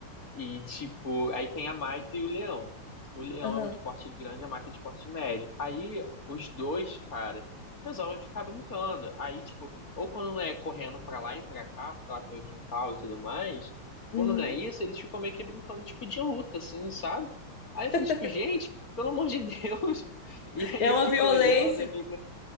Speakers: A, on the left; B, on the left.
A: E, tipo, aí tem a Maita e o Leão. O Leão
B: Aham.
A: é o de porte grande, a Maita é de porte médio. Aí os dois, cara, resolvem ficar brincando. Aí, tipo, ou quando não é correndo pra lá e pra cá, porque lá tem o quintal e tudo mais,
B: uhum.
A: quando não é isso, eles ficam meio que brincando, tipo, de luta, assim, sabe? Aí eu fico,
B: <laughs>
A: tipo, gente, pelo amor de Deus. <laughs> E aí
B: É
A: eu
B: uma
A: fico
B: violência.
A: olhando, eu fico,